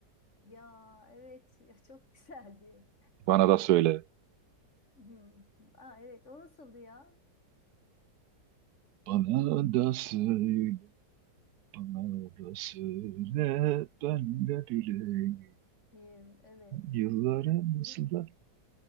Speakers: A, on the left; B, on the right.
A: Ya evet ya çok güzeldi.
B: Bana da söyle.
A: Hı. Aa, evet o nasıldı ya?
B: Bana da söyle, bana da söyle, ben de bileyim.
A: Yim, evet.
B: Yılları nasıl
A: Hı.
B: da